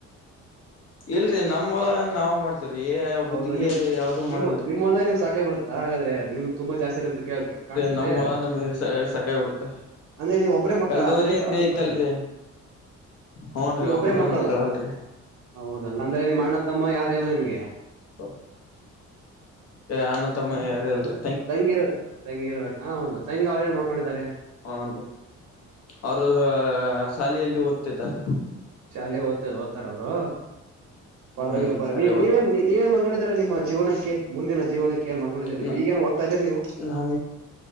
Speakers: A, on the left; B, on the right.
A: ಇಲ್ರರಿ ನಮ್ ಹೊಲ ನಾವವು ಮಾಡ್ತೇವ್ರೀ ಗುದ್ದಿಗೆ
B: ಹೌದಾ ನಿಮ್
A: ಯಾವ್ದೂ ಮಾಡಗಲ್ರರಿ
B: ನಿಮ್ಮ ನಿಮ್ಮ ಹೊಲ ನಿಮ್ ಸಾಕಾಗಿ ಬಿಡುತ್ತಾ ಹಾಗಾದ್ರೆ ನಿಮ್ಗೆ ತುಂಬಾ ಜಾಸ್ತಿ ಇರ ಕಾಣಸುತ್ತೆ
A: ನಮ್ಮ್ ಮೊಲ ನಮಗೆ ಸಕಾಯ ಬಿಡುತ್ತೆ
B: ಅಂದ್ರೆ ನೀವ್ ಒಬ್ಬ್ರೇ ಮಕ್ಕಳ
A: ಕಲ್ಡೂರಿಕ್ರೀ
B: ಅದಕ್ಕೆ ಅದ್ರ
A: ಐತಲ್ರಿ
B: ಸಲ
A: ಹ್ನ್
B: ನೀವ್ ಒಬ್ಬ್ರೇ
A: ಒಬರ
B: ಮಕ್ಕಳು
A: ಮಕ್ಕಳ ಅಲ್ರಿ
B: ಹೌದಲ್ಲ ಅಂದ್ರೆ ನಿಮ್ಮ್ ಅಣ್ಣ ತಮ್ಮ ಯಾರಲ್ಲ ನಿಮ್ಗೆ
A: ಹ್ಮ ಅಣ್ಣ ತಮ್ಮ ಯಾರಲ್ರಿ
B: ತಂಗಿರ್ ತಂಗಿ ಇರ್ಬೇಕಾ ಹೌದ ತಂಗಿ ಅವ್್ರೇನ್ ಮಾಡ್ಕೊಂಡಿದಿದ್ದಾರೆ
A: ಹನ್ರಿ ಅವರು ಶಾಲೆಯಲ್ಲಿ ಓದ್ತಿದ್ದಾರೆ
B: ಶಾಲೆ ಓದ್ತದ ಓ್ತಾರ ಅವ್ರು ಪರವಾಗಿಲ್ಲ
A: ಹ್ಮ್
B: ಪರ
A: ಶಾಲೆ
B: ನೀ
A: ಓದ್ತ
B: ನೀವೇನ್ ನೀವೇನ್ ಮಾಡ್ಕೊಂಡಿದ ನಿಮ್ಮ ಜೀವನಕ್ಕೆ ಮುಂದಿನ ಜೀವನಕ್ಕೆ ಏನ್ ಮಾಡ್ಕೊಂಡಿದೀರಿ ನೀವು
A: ನ
B: ಈಗೇನ್ ಓದ್ತಾ ಇದೀರಿ ನೀವು